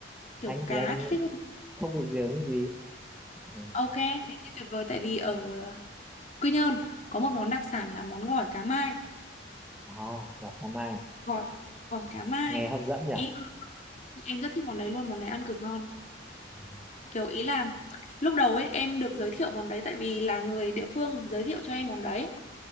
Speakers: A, on the left; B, in the centre.
A: Kiểu
B: anh
A: cá
B: thì anh
A: thích các thứ.
B: không bị dị ứng gì ừ.
A: Ok, thế thì tuyệt vời tại vì ở Quy Nhơn có một món đặc sản là món gỏi cá mai,
B: ờ, và cà mai à?
A: gỏi gỏi cá mai.
B: nghe hấp dẫn nhỉ
A: Em em rất thích món đấy luôn, món đấy ăn cực ngon.
B: ừ.
A: Kiểu ý là lúc đầu ấy em được giới thiệu món đấy tại vì là người địa phương giới thiệu cho em món đấy